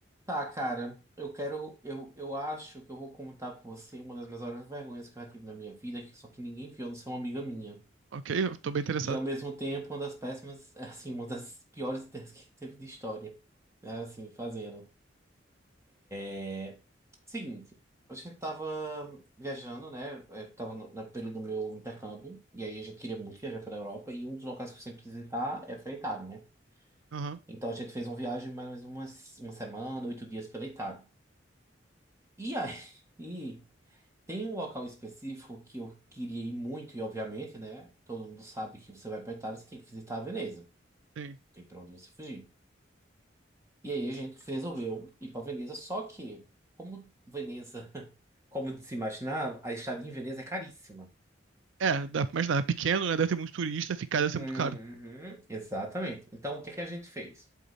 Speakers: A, on the right; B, on the right.
A: Tá, cara, eu quero. Eu, eu acho que eu vou contar pra você uma das minhas maiores vergonhas que eu já tive na minha vida, que só que ninguém viu, a não ser uma amiga minha.
B: Ok, eu tô bem interessado.
A: E ao mesmo tempo, uma das péssimas, <laughs> assim, uma das piores ideias que teve de história, né? Assim, fazendo. É, Seguinte, a gente tava viajando, né? Eu tava no, no período do meu intercâmbio, e aí a gente queria muito viajar pela Europa, e um dos locais que eu sempre quis visitar é pra Itália, né?
B: Aham,
A: Então a gente fez uma viagem mais ou menos uma, uma semana, oito dias pela Itália. E aí. <laughs> Tem um local específico que eu queria ir muito, e obviamente, né? Todo mundo sabe que você vai pra Itália, você tem que visitar a Veneza. Não
B: sim.
A: Tem pra onde você fugir. E aí a gente resolveu ir pra Veneza, só que, como Veneza, <laughs> como se imaginar, a estadia em Veneza é caríssima.
B: É, dá pra imaginar. É Pequeno, né? Deve ter muito turista, ficar deve ser
A: Uhum,
B: muito caro.
A: exatamente. Então, o que é que a gente fez?